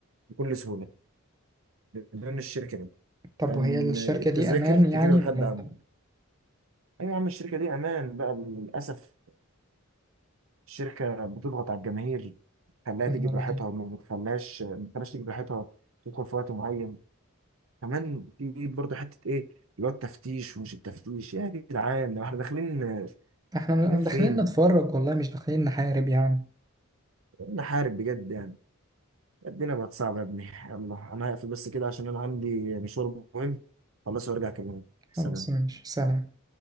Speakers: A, on the right; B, on the right.
A: بكل سهولة بدون الشركة دي
B: طب
A: كان
B: وهي الشركة
A: التذاكر
B: دي أمان
A: تجيب
B: يعني
A: لحد
B: ولا لا؟
A: عنده أيوة يا عم الشركة دي أمان بقى للأسف الشركة بتضغط على الجماهير تخليها
B: يا
A: تيجي
B: نهار
A: براحتها
B: أبيض
A: ما بتخليهاش ما بتخليهاش تيجي براحتها تدخل في وقت معين كمان في برضه حته ايه اللي هو التفتيش ومش التفتيش يا جدعان لو احنا داخلين
B: إحنا
A: داخلين فين؟
B: داخلين نتفرج والله مش داخلين نحارب يعني
A: نحارب بجد يعني الدنيا بقت صعبه يا ابني يلا انا هقفل بس كده عشان انا عندي مشوار مهم خلاص وارجع اكلمك سلام
B: خلاص ماشي سلام